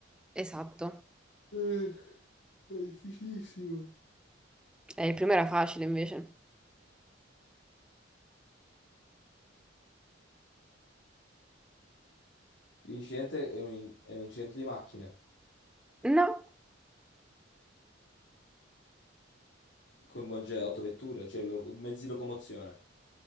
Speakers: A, in the centre; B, on the left.
A: Esatto.
B: Eh, è difficilissimo.
A: Eh, il primo era facile invece.
B: L'incidente è un, è un incidente di macchine,
A: No,
B: coinvolge autovetture, cioè lo- mezzi di locomozione,